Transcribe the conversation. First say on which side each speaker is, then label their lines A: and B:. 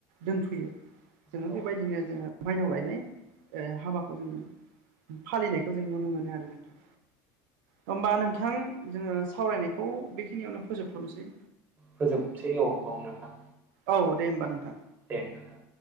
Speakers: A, on the right (about 75°); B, on the right (about 20°).
A: दोनफैयो जोङो
B: औ
A: बेबायदिनो जोङो मायनाव लायनाय हाबाखौ ओ जोङो फालिनायखौ जों नुनो मोनो आरो नोंथां होमबा नोंथां जोङो सावरायनायखौ बेखिनियावनो फोजोबथ'नोसै
B: फोजोबसै औ औ नोथां।
A: औ दे होनबा नोंथां।
B: दे नोंथां।